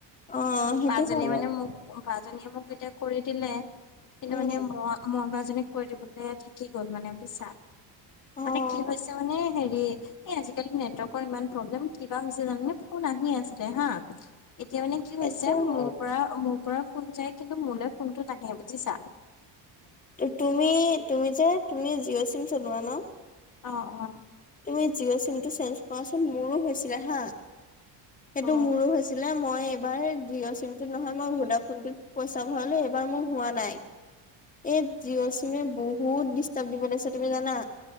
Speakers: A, on the left (about 20°); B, on the left (about 45°).
A: অ', সেইটো
B: বাজনীয়ে
A: হয় বাৰু
B: মানে মোক বাজনীয়ে মোক যেতিয়া কৰি দিলে কিন্তু
A: উম,
B: মানে মই মই বাজনীক কৰি দিবলে থাকি গ'ল মানে বুজিছা
A: অ',
B: মানে কি হৈছে মানে হেৰি এই আজিকালি নেটৱৰ্কৰ ইমান প্ৰব্লেম কিবা হৈছে জানেনে ফোন আহিয়ে আছিলে হা এতিয়া মানে কি
A: সেইটো
B: হৈছে
A: হয়।
B: মোৰ পৰা মোৰ পৰা ফোন যায় কিন্তু মোলৈ ফোনটো নাহে বুজিছা
A: এ তুমি তুমি যে তুমি জিঅ' চিম চলোৱা ন।
B: অ অ
A: তুমি জিঅ' চিমটো চেঞ্জ কৰাচোন মোৰো হৈছিলে হা সেইটো
B: উম
A: মোৰো হৈছিলে। মই এইবাৰ জিঅ' চিমতটোত নহয় মই ভদা ফোনটোত পইচা ভৰালো এইবাৰ মোক হোৱা নাই এই জিঅ' চিমে বহুত ডিষ্টাৰ্ব দিব লৈছে তুমি জানা